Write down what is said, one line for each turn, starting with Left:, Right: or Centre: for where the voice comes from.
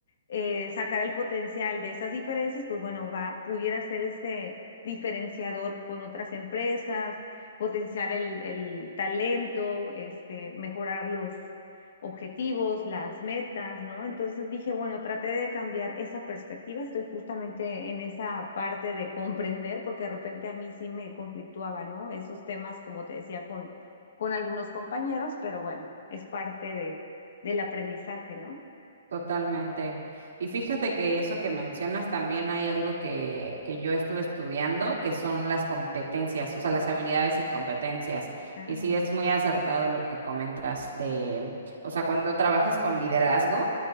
Left: eh, sacar el potencial de esas diferencias, pues bueno, va, pudiera ser ese diferenciador con otras empresas, potenciar el, el talento, este, mejorar los objetivos, las metas, ¿no? Entonces dije, bueno, traté de cambiar esa perspectiva, estoy justamente en esa parte de comprender, porque de repente a mí sí me conflictuaba, ¿no? Esos temas, como te decía, con, con algunos compañeros, pero bueno, es parte de, del aprendizaje, ¿no?
Right: Totalmente. Y fíjate que eso que mencionas también hay algo que, que yo estuve estudiando, que son las competencias, o sea, las habilidades y competencias.
Left: Ah,
Right: Y sí
Left: órale.
Right: es muy acertado lo que comentas de, o sea, cuando trabajas con liderazgo,